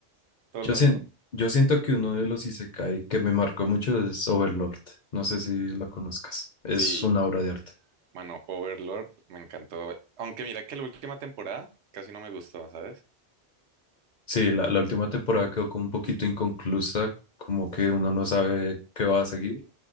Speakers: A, on the right; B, on the left.
A: todo
B: Yo
A: el rato.
B: siento, yo siento que uno de los isekai que me marcó mucho es Overlord. No sé si lo conozcas. Es
A: Sí,
B: una obra de arte.
A: Mano, Overlord me encantó. Aunque mira que la última temporada casi no me gustó, ¿sabes?
B: Sí, la, la última temporada quedó como un poquito inconclusa, como que uno no sabe qué va a seguir,